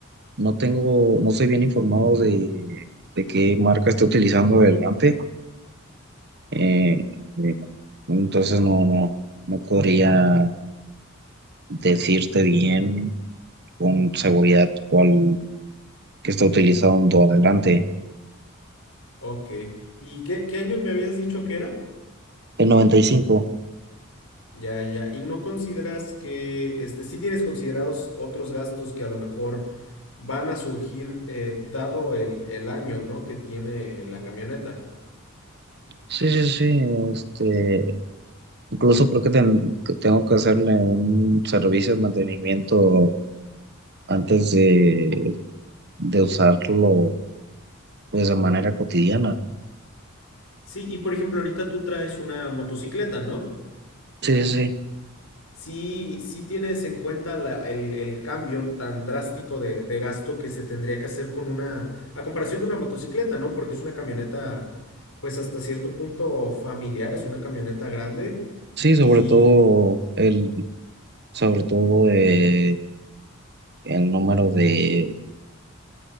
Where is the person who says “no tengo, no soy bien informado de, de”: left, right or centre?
Right